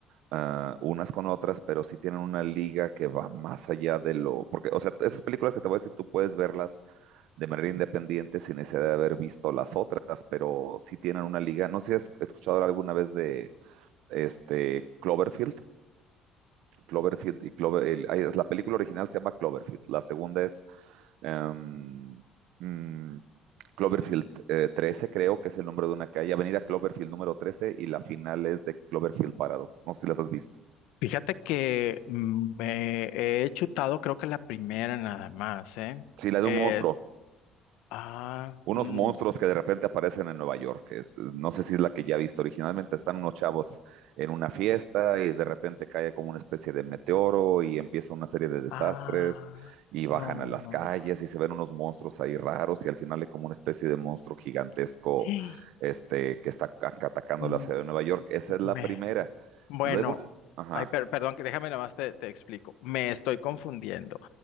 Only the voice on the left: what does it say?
Fíjate que mm, me he chutado, creo que la primera nada más, ¿eh?
Eh,
ah,
mm,
Ah,
no,
no,
no.
<gasps>
No,
Me,
Bueno,
ay, per- perdón, que déjame nada más te, te explico. Me estoy confundiendo.